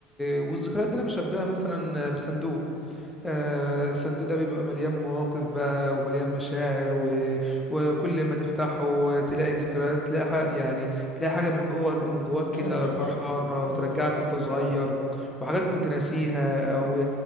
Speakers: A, in the centre; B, on the left (about 85°).
A: والذكريات دي انا بشبهها مثلا بصندوق آه، الصندوق ده بيبقى مليان مواقف بقى ومليان مشاعر و... وكل ما تفتحه تلاقي ذكريات تلاقي حاجة يعني تلاقي حاجة من جوه من جواك كده
B: حاجة بترجعك
A: فرحانة
B: ليه حاجة
A: وترجعك
B: بترجعك
A: وانت
B: للوقت
A: صغير
B: ده
A: وحاجات كنت ناسيها و...